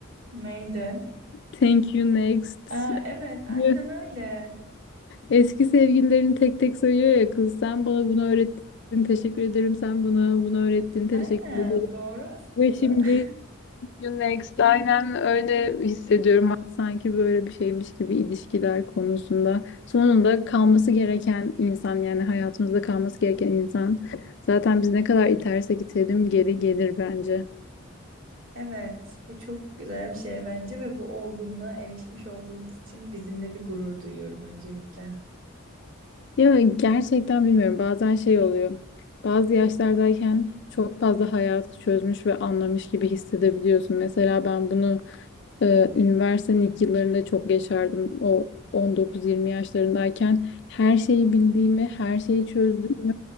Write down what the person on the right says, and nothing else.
neydi?
Aa, evet aynen
öyle
Aynen
doğru aslında.
<laughs>
Evet bu çok güzel bir şey bence ve bu olgunluğa erişmiş olduğumuz için bizimle bir gurur duyuyorum öncelikle.